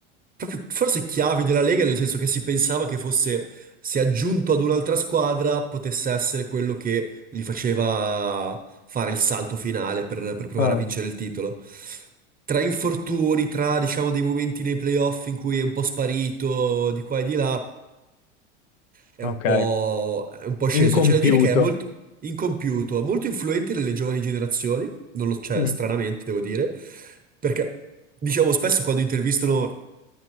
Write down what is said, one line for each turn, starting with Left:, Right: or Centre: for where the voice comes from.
Right: proprio forse chiavi della Lega, nel senso che si pensava che fosse, se aggiunto ad un'altra squadra, potesse essere quello che gli faceva fare il salto finale per, per provare
Left: Ah,
Right: a vincere il titolo. Tra infortuni, tra diciamo dei momenti nei playoff in cui è un po' sparito di qua e di là, è
Left: ok,
Right: un po', è un po' sceso.
Left: incompiuto.
Right: C'è da dire che è molto incompiuto, molto influente nelle giovani generazioni, non lo, cioè,
Left: Mm,
Right: stranamente devo dire, perché diciamo spesso quando intervistano